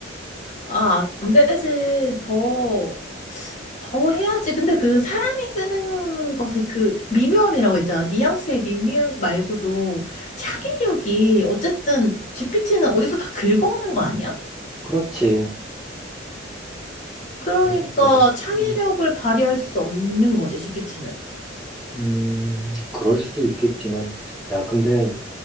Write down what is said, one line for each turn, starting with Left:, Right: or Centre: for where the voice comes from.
Left: 아, 안 되지. 더, 더 해야지. 근데 그 사람이 쓰는 것의 그 미묘함이라고 했잖아. 뉘앙스의 미묘함 말고도 창의력이 어쨌든 GPT는 어디서 다 긁어오는 거 아니야?
Centre: 그렇지.
Left: 그러니까
Centre: 그래서,
Left: 창의력을
Centre: 음,
Left: 발휘할 수 없는 거지, GPT는.
Centre: 음, 그럴 수도 있겠지만, 야, 근데,